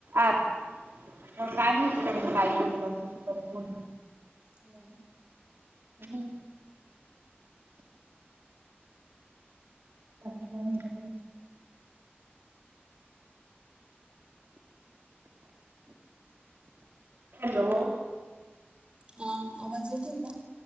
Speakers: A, on the right (about 65°); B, on the right (about 25°).
A: ऍप काय माहिती त्या काय केलंशी परत बोल.
B: हो ना.
A: हम्. बाकी का? हॅलो.
B: हा आवाज येते का?